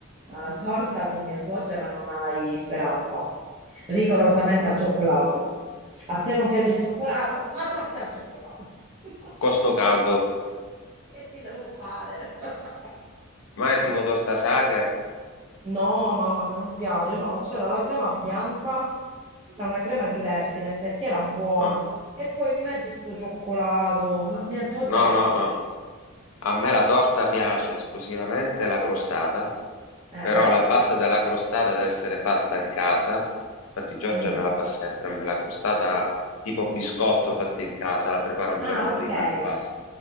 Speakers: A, on the right; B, on the left.
A: Ma la torta con mia suocera non hai speranza. Rigorosamente al cioccolato. A te non piace il cioccolato? La torta è al cioccolato. <laughs>
B: Costo caldo.
A: Che ti devo fare? <laughs>
B: Ma è tipo torta Sacher?
A: No, mamma, a me non piace. No, c'era la crema bianca, era una crema diversa, in effetti era buona.
B: Eh,
A: E poi in mezzo sto cioccolato. Ma mia suocera
B: No,
A: è
B: no,
A: così.
B: no. A me la torta piace esclusivamente la crostata,
A: Eh?
B: però la base della crostata deve essere fatta in casa. Infatti Giorgia
A: Mm.
B: me la fa sempre, a me la crostata tipo biscotto fatta in casa, la prepara un
A: Ah,
B: giorno prima
A: ok.
B: di base.